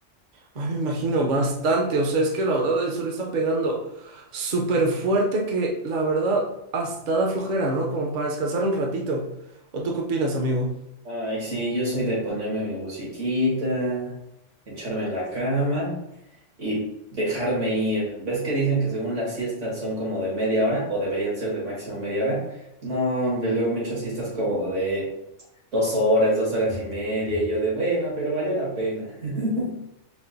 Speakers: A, on the right; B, on the right.
A: Ay, me imagino bastante, o sea, es que la verdad el sol está pegando súper fuerte que la verdad hasta da flojera, ¿no? Como para descansar un ratito. ¿O tú qué opinas, amigo?
B: Ay, sí, yo soy de ponerme mi musiquita, echarme en la cama y dejarme ir. ¿Ves que dicen que según las siestas son como de media hora o deberían ser de máximo media hora? No, hombre, luego me echo siestas como de dos horas, dos horas y media y yo de bueno, pero valió la pena. <laughs>